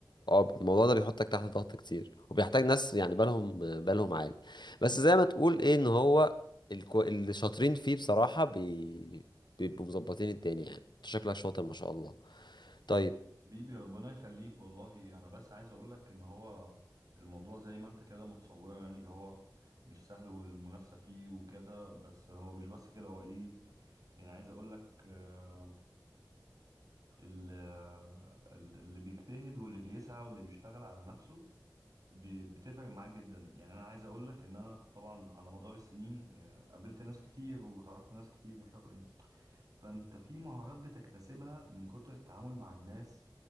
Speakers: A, on the left; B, on the right.
A: اه الموضوع ده بيحطك تحت ضغط كتير وبيحتاج ناس يعني بالهم بالهم عالي بس زي ما تقول ايه ان هو الكو... اللي شاطرين فيه بصراحة بي... بيبقوا مظبطين الدنيا يعني انت شكلك شاطر ما شاء الله طيب
B: بيبي ربنا يخليك والله انا بس عايز اقولك ان هو الموضوع زي ما انت كده متصوره يعني اللي هو مش سهل والمنافسة فيه وكده بس هو مش بس كده هو ايه يعني عايز اقولك آه، ال- آه، ال- اللي بيجتهد واللي بيسعى واللي بيشتغل على نفسه بي- بتفرق معاه جدا يعني انا عايز اقولك ان انا طبعا على مدار السنين آه، قابلت ناس كتير وتعرفت ناس كتير مش عارف ايه فانت في مهارات بتكتسبها من كتر التعامل مع الناس